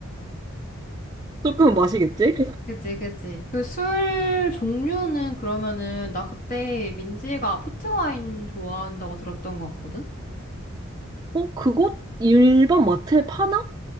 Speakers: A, on the right (about 20°); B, on the left (about 40°).
A: 조금은
B: <laughs>
A: 마시겠지?
B: 그지, 그지. 그 술 종류는 그러면은 나 그때 민지가 포트 와인 좋아한다고 들었던 것 같거든?
A: 어, 그거 일반 마트에 파나?